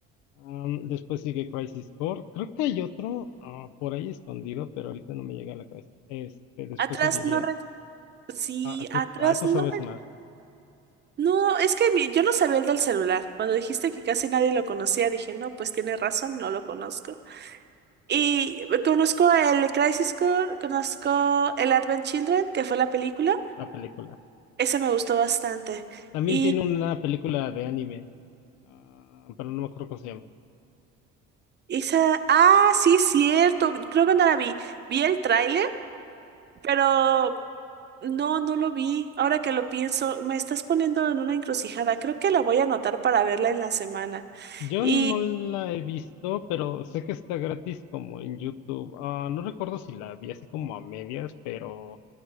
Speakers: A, on the left; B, on the right.
A: Am, después sigue Crisis Core. Creo que hay otro ah, por ahí escondido, pero ahorita no me llega a la cabeza. Este, después
B: atrás
A: seguiría.
B: no... re- Sí,
A: Ah, tú,
B: atrás
A: ah, tú
B: no...
A: sabes
B: re-
A: más,
B: No, es que mi- yo no sabía el del celular. Cuando dijiste que casi nadie lo conocía, dije, no, pues tiene razón, no lo conozco. Y eh, conozco el Crisis Core, conozco el Advent Children, que fue la película.
A: la película.
B: Esa me gustó bastante.
A: También
B: y
A: tiene una película de anime, ah, pero no me acuerdo cómo se llama.
B: Esa, ah, sí, es cierto. Creo que no la vi. Vi el tráiler, pero no, no lo vi. Ahora que lo pienso, me estás poniendo en una encrucijada. Creo que la voy a anotar para verla en la semana.
A: Yo
B: Y
A: no la he visto, pero sé que está gratis como en YouTube. Ah, no recuerdo si la vi así como a medias, pero